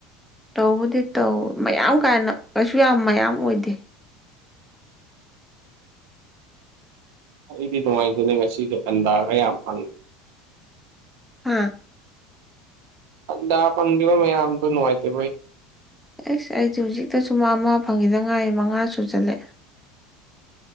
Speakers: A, in the centre; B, on the right.
A: ꯇꯧꯕꯗꯤ ꯇꯧ ꯃꯌꯥꯝ ꯀꯥꯏꯅ ꯀꯩꯁꯨ ꯌꯥꯝ ꯃꯌꯥꯝ ꯑꯣꯏꯗꯦ <inaudible>
B: ꯑꯩꯗꯤ ꯅꯨꯡꯉꯥꯏꯖꯅꯦ ꯉꯁꯤꯁꯨ ꯑꯟꯗꯥꯒ ꯌꯥꯝ ꯐꯪꯉꯦ
A: ꯎ
B: ꯗꯥ ꯄꯟꯕ ꯃꯌꯥꯝ ꯑꯃꯅꯨꯡꯉꯥꯏꯇꯦ
A: ꯑꯦꯁ ꯑꯩꯗꯤ ꯍꯧꯖꯤꯛꯇꯁꯨ ꯑꯃ ꯐꯪꯉꯤꯗ ꯉꯥꯏ ꯃꯉꯥꯁꯨ ꯆꯠꯂꯦ